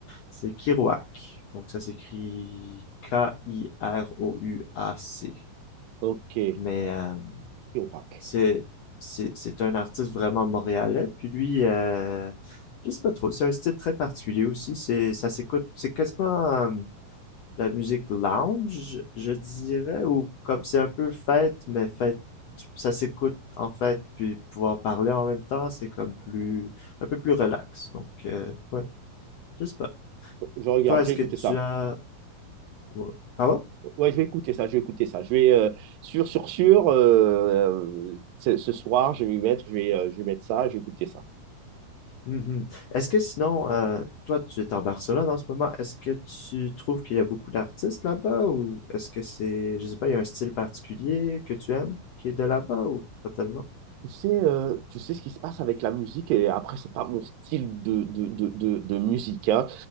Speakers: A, on the left; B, on the right.
A: c'est Kirouac. Donc ça s'écrit K-I-R-O-U-A-C.
B: Ok,
A: Mais euh,
B: Irak.
A: c'est c'est c'est un artiste vraiment montréalais. Puis lui, euh, je sais pas trop. C'est un style très particulier aussi. C'est ça s'écoute. C'est quasiment euh, la musique lounge, je dirais, ou comme c'est un peu fête, mais fête, tu- ça s'écoute en fait, puis pouvoir parler en même temps, c'est comme plus, un peu plus relax. Donc, euh, ouais, je sais pas.
B: Je regarde,
A: Toi, est-ce
B: j'ai écouté
A: que tu
B: ça.
A: as... ouais. Pardon?
B: Ouais, je vais écouter ça, je vais écouter ça. Je vais, euh, sûr, sûr, sûr, euh, ce ce soir, je vais m'y mettre, je vais, euh, je vais mettre ça, je vais écouter ça.
A: Mhm. Est-ce que sinon, euh, toi, tu es en Barcelone en ce moment, est-ce que tu trouves qu'il y a beaucoup d'artistes là-bas, ou est-ce que c'est, je sais pas, il y a un style particulier que tu aimes qui est de là-bas, ou pas tellement?
B: Tu sais, euh, tu sais ce qui se passe avec la musique, et après, c'est pas mon style de, de, de, de, de musique, hein.